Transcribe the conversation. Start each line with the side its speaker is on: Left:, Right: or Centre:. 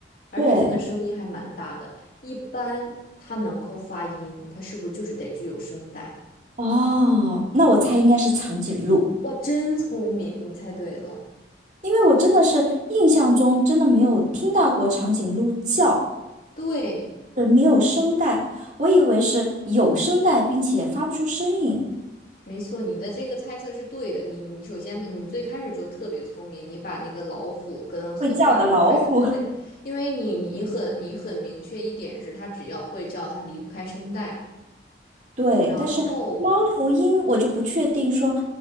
Left: 而且它的声音还蛮大的，
Right: 对，
Left: 一般它能够发音，它是不是就是得具有声带？
Right: 哦，那我猜应该是长颈鹿，
Left: 哇，真聪明，你猜对了，
Right: 因为我真的是印象中真的没有听到过长颈鹿叫，
Left: 对，
Right: 呃，没有声带，我以为是有声带并且发不出声音，
Left: 没错，你的这个猜测是对的。你你首先你最开始就特别聪明，你把那个老虎跟河马排除。
Right: 会叫的老虎。
Left: 对，
Right: <laughs>
Left: 因为你你很你很明确一点是，它只要会叫，它离不开声带。
Right: 对，
Left: 然后
Right: 但是猫头鹰我就不确定说，